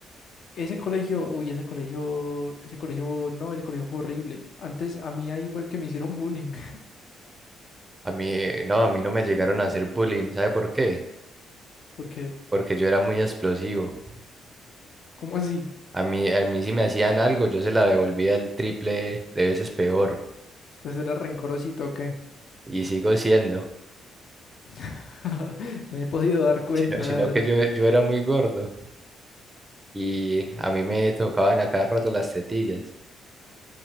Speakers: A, on the left; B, on the right.
A: Ese colegio, uy, ese colegio, ese colegio, no, ese colegio fue horrible. Antes a mí ahí fue el que me hicieron bullying, <laughs>
B: A mí, eh, no, a mí no me llegaron a hacer bullying. ¿Sabe por qué?
A: porque,
B: Porque yo era muy explosivo.
A: ¿cómo así?
B: A mí, a mí si me hacían algo, yo se la devolvía el triple de veces peor.
A: ¿Usted era rencorosito o qué?
B: Y sigo siendo.
A: <laughs> Me he podido dar cuenta,
B: Sino, sino
A: la verdad.
B: que yo, yo era muy gordo. Y a mí me tocaban a cada rato las tetillas.